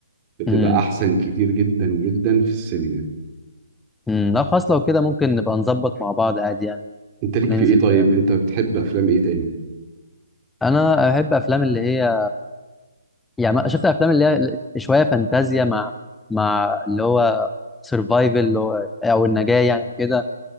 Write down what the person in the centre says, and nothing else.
امم
مم، لا خلاص لو كده ممكن نبقى نظبط مع بعض عادي يعني
وننزل
ده
انا احب افلام اللي هي يعني ما- شفت افلام اللي هي شويه فانتازيا مع مع اللي هو سرفايفل اللي هو او النجاه يعني وكده